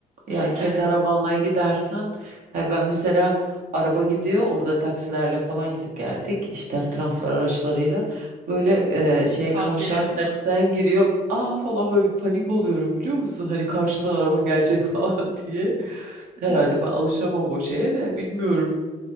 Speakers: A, on the right (about 70°); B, on the right (about 50°).
A: Yani
B: Hı,
A: kendi
B: evet.
A: arabanla gidersen he ben mesela araba gidiyor orada taksilerle falan gidip geldik. İşte
B: Hı.
A: transfer araçlarıyla böyle e, şeye
B: Tuhaf
A: kavşağa
B: geliyor
A: tersten
B: değil mi?
A: giriyor. Aa falan böyle bir panik oluyorum biliyor musun? Hani karşıdan araba gelecek <laughs> falan diye.
B: <laughs>
A: Herhalde
B: Hı.
A: ben alışamam o şeye de bilmiyorum.